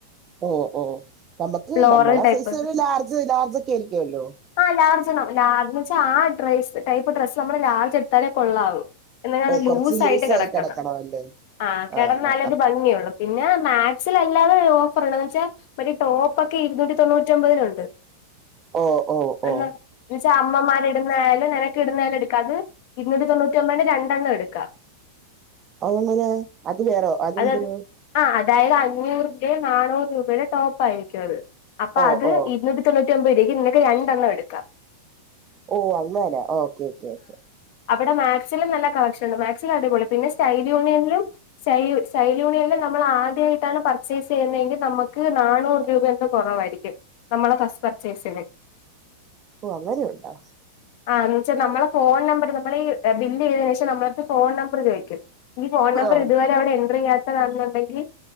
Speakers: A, on the right; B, on the left.
A: ഓ ഓ നമ്മക്ക്
B: ഫ്ലോറൽ
A: നമ്മളെ
B: ടൈപ്പ്
A: സൈസ് ഒരു ലാർജ് ലാർജൊക്കെ ആയിരിക്കുവല്ലോ.
B: ആഹ് ലാർജെന്നെ ലാർജ്ന്ന് വെച്ച ആ ഡ്രസ്സ് ടൈപ്പ് ഡ്രസ്സ് നമ്മള് ലാർജ്ടുത്താലേ കൊള്ളാവു എന്ന
A: ഓ
B: അത്
A: കുറച്ച്
B: ലൂസായിട്ട്
A: ലൂസായി
B: കെടക്കണം
A: കിടക്കണമല്ലേ
B: ആഹ് കെടന്നാലേ
A: ആ ആ
B: ഒര്
A: ആ.
B: ഭംഗിയൊള്ളു. പിന്നെ മാക്സിലല്ലാതെ ഓഫർ ഉള്ളത് വെച്ചാ മറ്റേ ഈ ടോപ്പൊക്കെ ഇരുന്നൂറ്റി തൊണ്ണൂറ്റി ഒമ്പതിന് ഉണ്ട്.
A: ഓ ഓ
B: അല്ല
A: ഓ
B: <unintelligible> ച്ച അമ്മമാർ ഇടുന്നായാലും നിനക്ക് ഇടുന്നായാലും എടുക്ക അത് ഇരുന്നുറ്റി തൊണ്ണൂറ്റി ഒമ്പതിന്റെ രണ്ടെണ്ണം എടുക്കാം.
A: അതെങ്ങനെ അത് വേണോ? അതെന്തിന്?
B: അത് ആഹ് അതായത് അഞ്ഞൂറിന്റെ നാനൂറ് രൂപയുടെ ടോപ്പായിരിക്കും അത് അപ്പൊ
A: ഓ
B: അത്
A: ഓ
B: ഇന്നൊരു തൊണ്ണൂറ്റൊമ്പത് രൂവയ്ക്ക്‌ നിനക്ക് രണ്ടെണ്ണം എട്ക്കാം.
A: ഓ അങ്ങനെ ഓക്കെ ഓക്കെ ഓക്കെ.
B: അവടെ മാക്സിലും നല്ല കളക്ഷണ്ട് മാക്സിൽ അടിപൊളി പിന്നെ സ്റ്റൈല് യൂണിയന്ലും സൈ യു സൈൽ യൂണിയനിൽ നമ്മൾ ആദ്യായിട്ടാണ് പർച്ചേസ് ചെയ്യുന്നതെങ്കി നമ്മക്ക് നാനൂറ് രൂപന്റെ കൊറവായിരിക്കും നമ്മളെ ഫസ്റ്റ് പർച്ചേസിന്.
A: ഓഹ് അങ്ങനെയുണ്ടോ
B: ആ എന്ന് വെച്ചാ നമ്മളെ ഫോൺ നമ്പർ, നമ്മളീ ബില്ല് ചെയ്തേന് ശേഷം നമ്മളട്ത്ത് ഫോൺ നമ്പർ ചോയി കെ. ഈ ഫോൺ നമ്പർ
A: ആഹ്
B: ഇതുവരെ അവിടെ എന്റർ ചെയ്യാത്തതാണെന്നൊണ്ടെങ്കി,